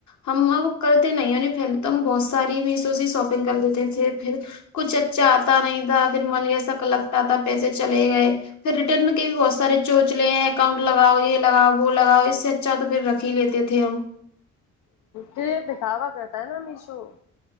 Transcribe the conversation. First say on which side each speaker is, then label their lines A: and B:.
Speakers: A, on the left; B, on the left.
A: ہم ا کرتے نہیں یں پہلے تو ہم بہت ساری بھی سے شاپنگ کر لیتے تھے پھر کچھ اچھا آتا نہیں تھا پھر من یہ ایسا لگتا تھا پیسے چلے گئے پھر ریٹرن میں کے بھی بہت سارے چونچلے ہیں اکاؤنٹ لگاؤ یہ لگاؤ وہ لگاؤ اس اچھا تو پھر رکھ ہی لیتے تھے ہم
B: کہ دکھاوا کرتا ہے نا میشو